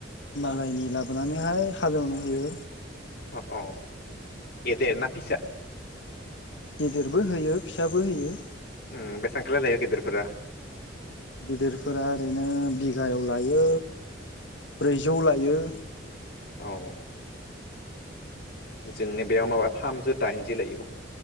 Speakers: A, on the left; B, on the left.
A: मालायनि लाबोनानैहाय हालेवनो होयो
B: अ अ गेदेरना फिसा
A: गिदिरबो होयो फिसाबो होयो
B: ओ बेसेबां खालाय लायो गेदेरफोरा
A: गिदिरफोरा ओरैनो बिगायाव लायो ब्रैजौ लायो
B: औ जोंनो बेयाव माबा थामजौ दाइनजि लायो